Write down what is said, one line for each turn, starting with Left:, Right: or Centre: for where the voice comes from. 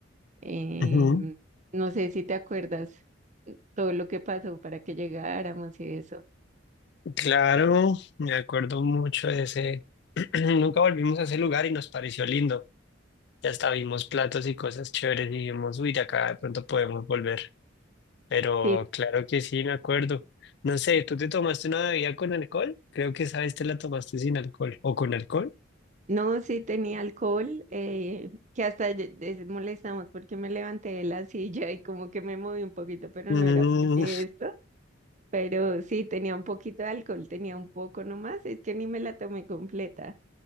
Right: Em,
Left: Ujú,
Right: no sé si te acuerdas todo lo que pasó para que llegáramos y eso.
Left: Claro, me acuerdo mucho de ese. <clears throat> Nunca volvimos a ese lugar y nos pareció lindo. Ya hasta vimos platos y cosas chéveres y dijimos, uy, de acá de pronto podemos volver. Pero
Right: Sí,
Left: claro que sí, me acuerdo. No sé, ¿tú te tomaste una bebida con alcohol? Creo que esa vez te la tomaste sin alcohol. ¿O con alcohol?
Right: No, sí tenía alcohol, eh, que hasta ye- des- molestamos porque me levanté de la silla y como que me moví un poquito, pero
Left: Mm,
Right: no era porque esto, pero sí tenía un poquito de alcohol, tenía un poco nomás, es que ni me la tomé completa,